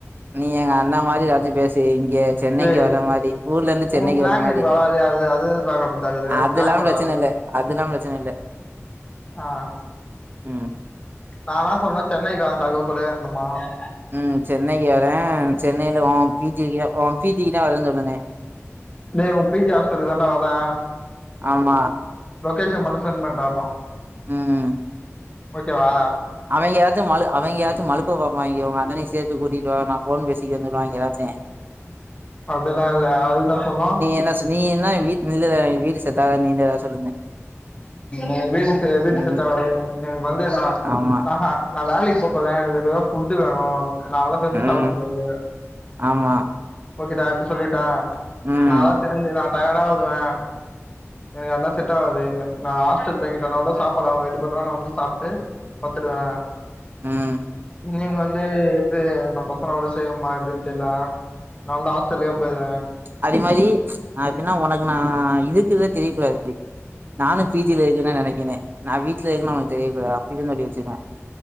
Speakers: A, on the right; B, on the left.
A: நீ எங்க அண்ணா மாரி எல்லார்திட்டயு பேசு இ இங்க சென்னைக்கு
B: டேய்
A: வர மாரி ஊர்ல இருந்து சென்னைக்கு
B: உ ஸ்லாங்
A: வர மாரி
B: எனக்கு வராது அது அது பாக்கதா
A: அதுல்லா
B: ஸ்லாங் வராது
A: பிரச்சனை இல்ல அதல்லா பிரச்சன இல்ல
B: ஆஹ்
A: உம்
B: நா என்ன சொல்றன் சென்னை <unintelligible>
A: உம் சென்னைக்கு வரே சென்னையில உ பீச் ஏரியா உ பிச்சிக்கு தா <unintelligible> <unintelligible>
B: டேய் உ பி ஜி ஹாஸ்டலுக்கு தாண்டா வரே
A: ஆமா
B: லொக்கேஷன் மட்டு சென் பண்றா ஆ
A: உம்
B: ஓகே வா
A: அவங்க எதாச்சி மழு அவிங்க ஏதாச்சு மழுப்ப பாப்பாய்ங்க உ அண்ணனையு சேத்து கூட்டி வா நா ஃபோன் பேசிக்கன் சொல்லுவாய்ங்க ஏதாச்சே
B: அதெல்லா இல்ல அது இன்ன சொல்லு
A: என்ன சொ நீ என்ன வீட் இல்ல வீடு செட் ஆகாது நீங்க ஏதாவது சொல்லுங்க
B: அ வீடு செ வீடு
A: ம்
B: செட்டாவாது எனக்கு வந்து நா
A: ஆமா
B: ஆஹா நா வேலைக்கு போ போறே எனக்கு இப்ப ஏதாது ஃபுட் வேணு கால்ல செஞ்சு
A: ம்
B: சாப்பிட முடியாது
A: ஆமா
B: ஓகேடா இப்டி சொல்லிட்டா
A: ம்
B: நாலா சேர்ந்தே தா டயர்ட ஆகுவ எனக் அதல்லா செ் ஆவாது நா ஹாஸ்டல் தங்கிட்டோ மட்டு கசாப்பாடு அவங்க ரெடி பன்னாவாங்க நா வந்து சாப்பிட்டு பத்துடுவே
A: ஆஹ
B: நீங்க வந்து எது நம் பசனோட செய்வோம்மா எப்படின்னு தெரியலா நா வந் ஹாஸ்டல் போயிவா
A: அதே மாதி அப்படின்னா உனக் நா இதுக்கு தெரியகுடாது நானு பிஜிலா இருக் நா நினைக்கிறே நா வீட்டுல இரு அவனக்கு தெரியாகூடாது அப்படி இரு சொய்சிவா